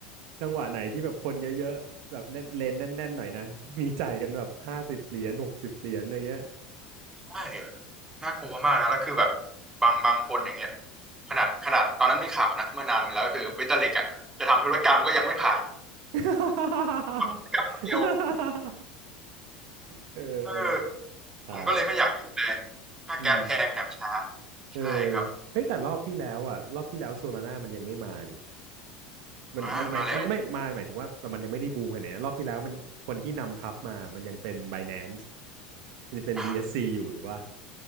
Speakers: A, on the right (about 70°); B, on the right (about 15°).
A: จังหวะไหนที่แบบคนเยอะๆแบบแน่นเลนแน่นๆหน่อยนะมีจ่ายกันแบบห้าสิบเหรียญหกสิบเหรียญอะไรเงี้ย
B: ใช่น่ากลัวมากนะแล้วคือแบบบางบางคนอย่างเงี้ยขนาดขนาดตอนนั้นมีข่าวนะเมื่อนานมาแล้วก็คือบิตลิกอ่ะจะทำธุรกรรมก็ยังไม่ผ่าน
A: <laughs>
B: ทำธุรกรรมเดียว
A: เออเออ
B: เออ
A: ฮาว่ะ
B: ผมก็เลยไม่อยากยุ่งเลยค่าแก๊สแพงแถมช้า
A: อืมเออเฮ้ยแต่รอบที่แล้วอ่ะรอบที่แล้วโซลาร่ามันยังไม่มานี่
B: ใช่ครับ
A: มันมันหมายไม่ไม่มาหมายถึงว่าแต่มันยังไม่ได้บูมขนาดนี้นะรอบที่แล้วมันคนที่นำทัพมามันยังเป็น
B: มามาแล้ว
A: Binance มันยังเป็น
B: อ่า
A: BSC อสซีอยู่ถูกป่ะ